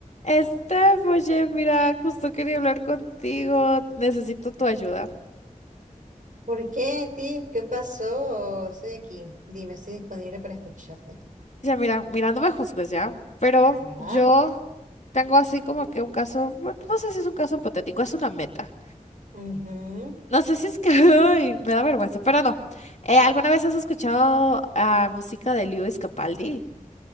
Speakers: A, on the left; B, on the right.
A: Steph, oye, mira, justo quería hablar contigo. Necesito tu ayuda.
B: ¿Por qué, Tiff? ¿Qué pasó? Estoy aquí. Dime, estoy disponible para escucharte.
A: Ya, mira, mira, no me juzgues ya, pero
B: ¿Verdad?
A: yo tengo así como que un caso, bueno, no sé si es un caso hipotético, es una meta.
B: Ujú.
A: No sé si es que, <laughs> ay, me da vergüenza, pero no. Eh, ¿alguna vez has escuchado ah, música de Lewis Capaldi?